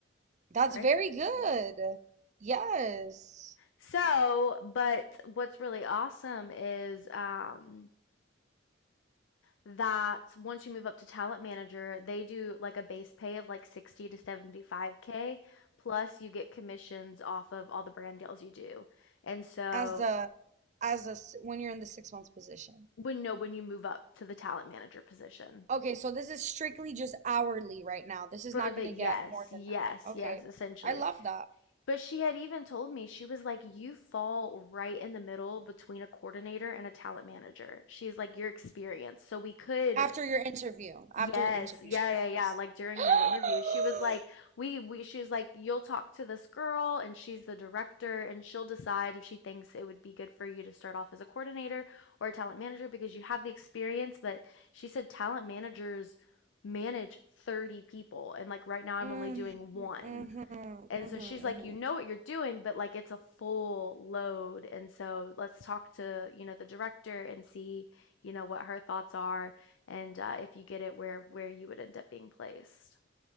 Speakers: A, on the right; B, on the left.
A: That's
B: right?
A: very good. Yes.
B: So, but what's really awesome is um that once you move up to talent manager, they do like a base pay of like 60 to 75k plus you get commissions off of all the brand deals you do. And so
A: As a as a s- when you're in the six months position.
B: when no when you move up to the talent manager position.
A: Okay, so this is strictly just hourly right now. This
B: For
A: is not
B: the
A: going
B: yes,
A: to get more
B: yes,
A: than that. Okay.
B: yes, essentially.
A: I love that.
B: But she had even told me, she was like, You fall right in the middle between a coordinator and a talent manager. She's like, Your experience. So we could
A: After your interview,
B: Yes,
A: after your interview,
B: yeah,
A: she said
B: yeah, yeah.
A: this.
B: Like during
A: <gasps>
B: my interview, she was like, "We, we." She was like, "You'll talk to this girl, and she's the director, and she'll decide if she thinks it would be good for you to start off as a coordinator or a talent manager because you have the experience." But she said talent managers manage 30 people, and like right now, I'm
A: Mm,
B: only doing one.
A: mhm, mhm,
B: And
A: mhm.
B: so she's like, you know what you're doing, but like it's a full load. And so let's talk to, you know, the director and see, you know, what her thoughts are and uh, if you get it where where you would end up being placed.